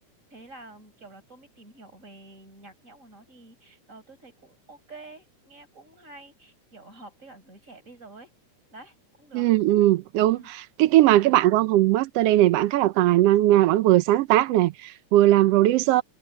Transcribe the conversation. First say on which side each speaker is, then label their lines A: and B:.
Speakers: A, on the right; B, on the right.
A: thế là kiểu là tôi mới tìm hiểu về nhạc nhẽo của nó thì ờ, tôi thấy cũng ok nghe cũng hay kiểu hợp với cả giới trẻ bây giờ ấy đấy cũng được
B: Ừ, ừ, đúng
A: ừ
B: cái cái mà cái bạn của ông Hùng Master đây này bạn khá là tài năng nha bạn vừa sáng tác này vừa làm producer